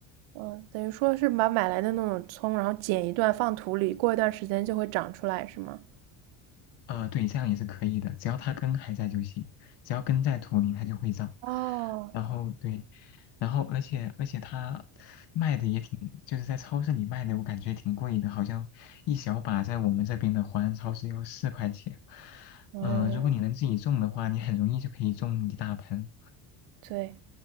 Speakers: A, on the right; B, on the left.
A: 嗯，等于说是把买来的那种葱，然后剪一段放土里，过一段时间就会长出来，是吗？
B: 呃，对，这样也是可以的，只要它根还在就行，只要根在土里，它就会长。
A: 哦，
B: 然后对，然后而且而且它卖的也挺，就是在超市里卖的，我感觉挺贵的，好像一小把在我们这边的华人超市要四块钱。
A: 嗯，
B: 嗯、如果你能自己种的话，你很容易就可以种一大盆。
A: 对